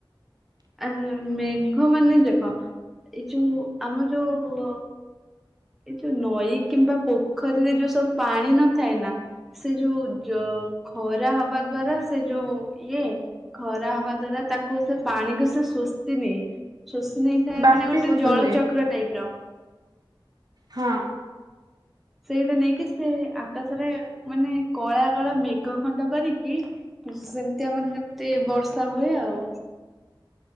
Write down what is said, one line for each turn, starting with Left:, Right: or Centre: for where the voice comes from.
Centre: ଆ ମେଘ ମାନେ ଦେଖ ଏଇ ଯୋଉଁ ଆମର ଯୋଉଁ ଏଇ ଯୋଉଁ ନଈ କିମ୍ବା ପୋଖରୀରେ ଯୋଉଁ ସବୁ ପାଣି ନଥାଏ ନା ସେ ଯୋଉଁ ଯ ଖରା ହବା ଦ୍ଵାରା ସେ ଯୋଉଁ ଇଏ ଖରା ହବା ଦ୍ଵାରା ତାକୁ ସେ ପାଣିକୁ ସେ ଶୋଷିନିଏ। ଶୋଷି ନେଇଥାଏ
Right: ବାଷ୍ପୀଭୂତ
Centre: ମାନେ ଗୋଟେ ଜଳଚକ୍ର
Right: ହୁଏ
Centre: ଟାଇପ ର।
Right: ହଁ।
Centre: ସେଇଟା ନେଇକି ସେ ଆକାଶରେ ମାନେ କଳା କଳା ମେ ମେଘ ଖଣ୍ଡ କରିକି ସେମିତି ଆମର ଯେମିତି ବର୍ଷା ହୁଏ ଆଉ।